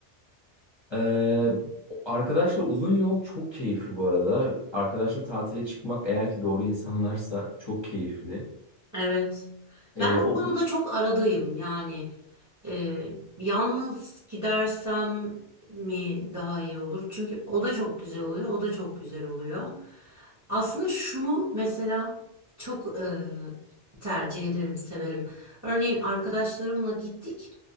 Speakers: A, on the left; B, on the right.
A: Ee, arkadaşla uzun yol çok keyifli bu arada. Arkadaşla tatile çıkmak eğer ki doğru insanlarsa çok keyifli.
B: Evet.
A: Ee,
B: Ben o
A: o
B: konuda çok aradayım. Yani e, yalnız gidersem mi daha iyi olur? Çünkü o da çok güzel oluyor, o da çok güzel oluyor. Aslında şunu mesela çok e, tercih ederim, severim. Örneğin arkadaşlarımla gittik.